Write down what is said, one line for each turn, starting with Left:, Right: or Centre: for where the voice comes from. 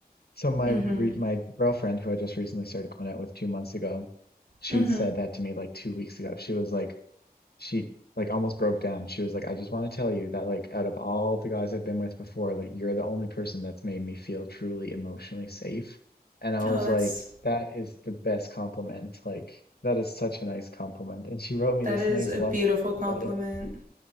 Left: So my
Right: Mm
Left: re
Right: hmm.
Left: my girlfriend, who I just recently started going out with two months ago, she
Right: Mm hmm.
Left: said that to me like two weeks ago. She was like, she like almost broke down. She was like, I just want to tell you that like out of all the guys I've been with before, like you're the only person that's made me feel truly emotionally safe. And I
Right: Oh,
Left: was
Right: that's,
Left: like, that is the best compliment. Like that is such a nice compliment. And she wrote me
Right: that
Left: this
Right: is
Left: nice
Right: a
Left: love
Right: beautiful
Left: letter
Right: compliment.
Left: about it.